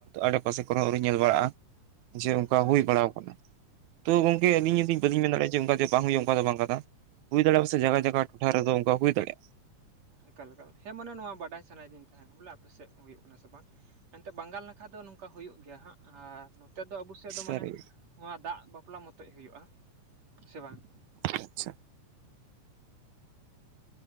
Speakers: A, on the right; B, on the right.
A: ᱟᱲᱮ ᱯᱟᱥᱮ ᱠᱚᱨᱮ ᱦᱚᱸ ᱟᱹᱣᱨᱤ ᱧᱮᱞ ᱵᱟᱲᱟᱜᱼᱟ ᱾ ᱡᱮ
B: ᱦᱩᱸ
A: ᱚᱱᱠᱟ
B: ᱦᱩᱸ
A: ᱦᱩᱭ ᱵᱟᱲᱟ ᱟᱠᱟᱱᱟ ᱾ ᱛᱚ ᱜᱚᱝᱠᱮ
B: ᱟᱪᱪᱷᱟ
A: ᱟᱹᱞᱤᱧ ᱞᱤᱧ ᱢᱮᱱ ᱫᱟᱲᱮᱭᱟᱜᱼᱟ ᱚᱱᱠᱟ ᱵᱟᱝ ᱦᱩᱭᱩᱜᱼᱟ ᱚᱱᱠᱟ ᱫᱚ ᱵᱟᱝ ᱠᱟᱱᱟ ᱦᱩᱭ ᱫᱟᱲᱮᱭᱟᱜᱼᱟ ᱥᱮ
B: ᱦᱩᱸ
A: ᱡᱟᱭᱜᱟ ᱡᱟᱭᱜᱟ ᱾ ᱴᱚᱴᱷᱟ ᱨᱮᱫᱚ ᱚᱱᱠᱟ ᱦᱩᱭ ᱫᱟᱲᱮᱭᱟᱜᱼᱟ ᱾
B: ᱮᱠᱟᱞ ᱮᱞᱮᱠᱟ ᱦᱮᱸ ᱢᱟᱱᱮ ᱱᱚᱣᱟ ᱵᱟᱰᱟᱭ ᱥᱟᱱᱟᱭᱮᱫᱤᱧ ᱛᱟᱦᱮᱸ ᱠᱟᱱᱟ ᱵᱚᱞᱮ ᱟᱯᱮ ᱥᱮᱫ ᱦᱩᱭᱩᱜ ᱠᱟᱱᱟ ᱥᱮ ᱵᱟᱝ ᱾ ᱦᱟᱱᱛᱮ ᱵᱟᱝᱜᱟᱞ ᱱᱟᱠᱷᱟ ᱫᱚ ᱱᱚᱝᱠᱟ ᱦᱩᱭᱩᱜ ᱜᱮᱭᱟ ᱦᱟᱸᱜ ᱟᱨ ᱱᱚᱛᱮ ᱫᱚ ᱟᱵᱩ ᱥᱮᱫ ᱫᱚ
A: ᱥᱟᱹᱨᱤ
B: ᱢᱟᱱᱮ ᱱᱚᱣᱟ ᱫᱟᱜ ᱵᱟᱯᱞᱟ ᱢᱚᱛᱚᱡ ᱦᱩᱭᱩᱜᱼᱟ ᱥᱮ ᱵᱟᱝ
A: ᱟᱪᱪᱷᱟ ᱾